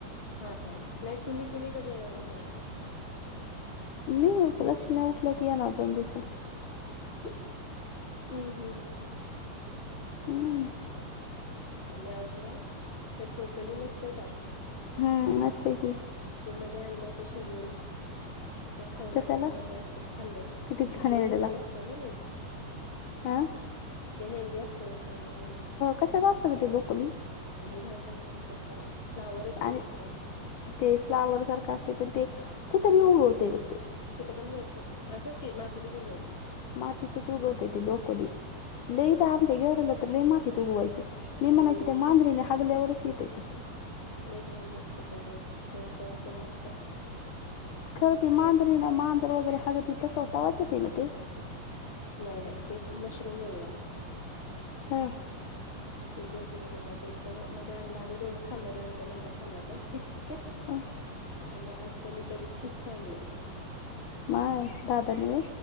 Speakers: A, on the left; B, on the left.
A: हा हा नाही तुम्ही तुम्ही कधी येणार म्हणाले.
B: मी लक्ष्मी्या उठल्या की येनार दोन दिवसात.
A: हम् हम् हम्
B: हम्
A: आणि आज ना ते ब्रोकली नसते का?
B: हम्म नस्त की
A: ते मध्ये आणलं तर शिजवून. का खाऊ वाटाला
B: कशाला
A: नम एकटंच खाल्लं ते
B: किती घाणेरडं
A: ते हेल्दी असतय ना लि
B: आह
A: ते हेल्दी असते खायला म्हणून
B: कशाात असतं ग ते ब्रोकली
A: ल घायण लागते पेक करवास फ्लावरच
B: आणि
A: की दुसरं.
B: ते फ्लावर सारखा असते पण ते कुठे बी उोग होते बघ ते
A: कुठं पण मिळते असंच की मातीतच च उगवते.
B: माती तर च उगवत त ोकोली. लई
A: इतकाच
B: द आमच्या घेवर आलं तर लई मातीत उगवायचं मी
A: अहो
B: म्हणायची
A: लई
B: त्या मांजरीने
A: घाण
B: हगल्यावरच किेत त
A: घान लागते त्याच चौथ असं वा
B: खरं ते मांजरी
A: आमचं
B: मांजर वगैरे हगती तसं होता वाच येत आहे ना ते
A: नाही नाही ते मशरूम वेगळं.
B: ह
A: हे ब्रोकले वगरे तर इतकां मध्ये आणला आम्ही दोघं खाल्ल नाही आमचा नम् खाल्ला काय?
B: अ
A: आणि आज त्यांनी त्याचे चिप्स आणले.
B: माय दादा नि बा